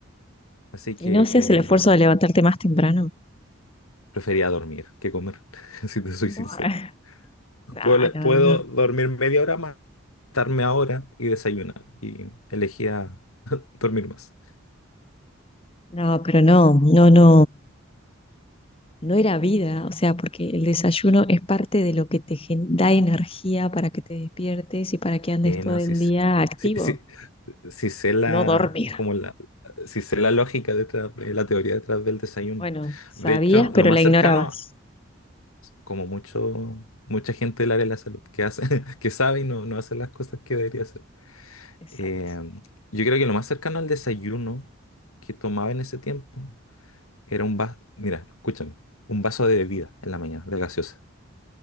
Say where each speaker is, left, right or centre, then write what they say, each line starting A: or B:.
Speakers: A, on the left (about 90°); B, on the left (about 25°).
A: Así que
B: ¿Y no hacías el esfuerzo de levantarte más temprano?
A: prefería dormir que comer, <laughs> si te soy
B: Buah.
A: sincero.
B: <laughs> No,
A: Puedo,
B: no,
A: puedo
B: no.
A: dormir media hora más acostarme ahora y desayunar. Y elegía <laughs> dormir más.
B: No, pero no, no, no. No era vida, o sea, porque el desayuno es parte de lo que te gen- da energía para que te despiertes y para que andes
A: Eh,
B: todo
A: no,
B: el
A: sí, sí,
B: día activo,
A: sí, sí- sí sé la,
B: no dormir.
A: como la, sí sé la lógica detrás, de la teoría detrás del desayuno.
B: Bueno, sabías,
A: De hecho,
B: pero
A: lo más
B: la
A: cercano,
B: ignorabas.
A: como mucho, mucha gente del área de la salud, que hace, <laughs> que sabe y no, no hace las cosas que debería hacer.
B: Exacto.
A: Eh, yo creo que lo más cercano al desayuno que tomaba en ese tiempo era un vaso, mira, escúchame, un vaso de bebida en la mañana, de gaseosa.